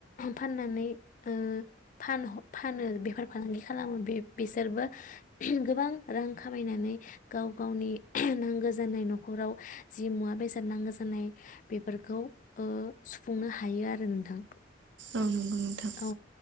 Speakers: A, on the left; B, on the right.
A: फाननानै ओ फान फानो बेफार फालांगि खालामो बे बिसोरबो गोबां रां खामायनानै गाव गावनि नांगौ जानाय नखराव जि मुवा बेसाद नांगौ जानाय बेफोरखौ ओ सुफुंनो हायो आरो नोंथां।
B: औ नंगौ। नोंथां
A: औ